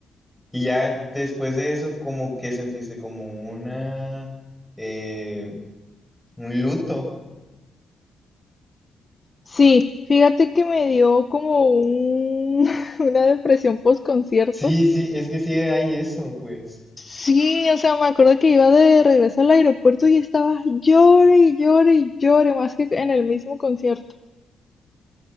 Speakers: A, in the centre; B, on the left (about 25°).
A: Y ya después de eso, como que sentiste como una, eh, un luto.
B: Sí, fíjate que me dio como un- <laughs> una depresión post concierto.
A: Sí, sí, es que sí hay eso, pues.
B: Sí, o sea, me acuerdo que iba de regreso al aeropuerto y estaba llore y llore y llore, más que en el mismo concierto.